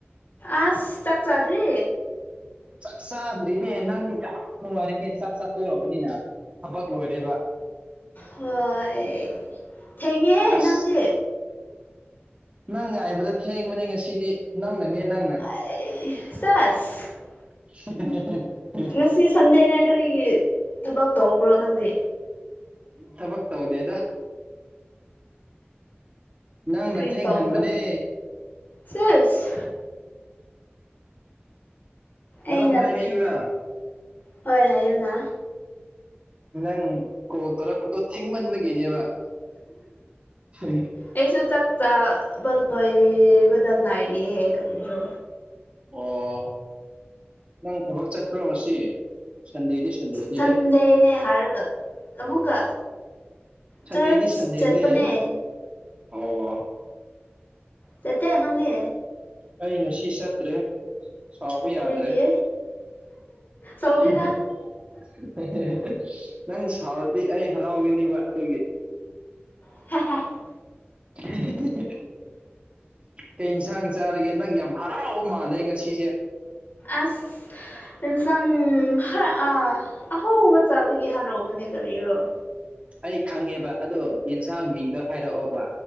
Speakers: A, on the left; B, on the right.
A: ꯑꯁ ꯆꯥꯛ ꯆꯥꯗꯔꯤ
B: ꯆꯥꯛ ꯆꯥꯗ꯭ꯔꯤꯅꯦ ꯅꯪꯗꯤ ꯌꯥꯝ ꯅꯨꯡꯉꯥꯏꯔꯤꯅꯦ ꯆꯥꯛ ꯆꯥꯊꯣꯛꯑꯕꯅꯤꯅ ꯊꯕꯛ ꯂꯣꯏꯔꯦꯕ
A: ꯍꯣꯏ ꯊꯦꯡꯉꯤꯍꯦ
B: ꯑꯁ
A: ꯅꯪꯗꯤ
B: ꯅꯪ ꯉꯥꯏꯕꯗ ꯊꯦꯡꯕꯅꯦ ꯉꯁꯤꯗꯤ ꯅꯪꯅ ꯅꯦ ꯅꯪꯅ
A: ꯑꯩ ꯁꯦꯁ
B: <unintelligible>
A: ꯉꯁꯤ ꯁꯟꯗꯦꯅꯦ ꯀꯔꯤꯒꯤ ꯊꯕꯛ ꯇꯧꯕ꯭ꯔꯣ ꯅꯪꯗꯤ
B: ꯊꯕꯛ ꯇꯧꯗꯦꯗ ꯅꯪꯅ
A: ꯀꯔꯤ
B: ꯊꯦꯡꯍꯟꯕꯅꯦ
A: ꯇꯧꯕ꯭ꯔꯥ ꯁꯤꯁ
B: ꯃꯔꯝ
A: ꯑꯩ <unintelligible>
B: ꯍꯥꯏꯕꯤꯌꯨꯔꯥ
A: ꯍꯣꯏ ꯍꯥꯏꯌꯨꯅꯥ
B: ꯅꯪ ꯀꯣꯜ ꯇꯧꯔꯛꯄꯗꯣ ꯊꯤꯡꯃꯟꯕꯒꯤꯅꯦꯕ <unintelligible>
A: ꯑꯩꯁꯨ ꯆꯥꯛ ꯆꯕ ꯂꯣꯏꯕꯗ ꯉꯥꯏꯔꯤꯌꯦ ꯀꯔꯤꯔꯣ
B: ꯑꯣ ꯅꯪ ꯊꯕꯛ ꯆꯠꯄ꯭ꯔꯣ ꯉꯁꯤ ꯁꯟꯗꯦꯗꯤ ꯁꯟꯗꯦꯅꯦ
A: ꯁꯟꯗꯦꯅꯦ ꯍꯥꯏꯔꯒ ꯑꯃꯨꯛꯀꯥ
B: ꯁꯟꯗꯦꯗꯤ
A: ꯆ꯭ꯔꯁ
B: ꯁꯟꯗꯦꯅꯦ
A: ꯆꯠꯄꯅꯦ
B: ꯑꯣ ꯑꯣ
A: ꯆꯠꯇꯦ ꯅꯪꯗꯤ
B: ꯑꯩ ꯉꯁꯤ ꯆꯠꯇ꯭ꯔꯦ ꯁꯥꯎꯕ ꯌꯥꯗ꯭ꯔꯦ
A: ꯀꯔꯤꯒꯤ ꯁꯧꯗꯦꯗ
B: <unintelligible> ꯅꯪ ꯁꯥꯥꯎꯔꯗꯤ ꯑꯩ ꯍꯔꯥꯎꯒꯅꯦꯕ ꯑꯗꯨꯒꯤ
A: <unintelligible>
B: <unintelligible> ꯍꯟꯁꯥꯡ ꯆꯥꯔꯒꯦ ꯅꯪ ꯌꯥꯝ ꯍꯔꯥꯎꯕ ꯃꯥꯟꯂꯦ ꯉꯁꯤꯁꯦ
A: ꯑꯁ ꯍꯦꯟꯁꯥꯡ ꯍꯥ ꯑꯥ ꯑꯍꯧꯕ ꯆꯥꯕꯒꯤ ꯍꯥꯔꯎꯕꯅꯦ ꯀꯔꯤꯔꯣ
B: ꯑꯩ ꯈꯪꯉꯦꯕ ꯑꯗꯣ ꯌꯦꯟꯁꯥꯡ ꯃꯤꯡꯗꯣ ꯍꯥꯏꯔꯛꯑꯣꯕ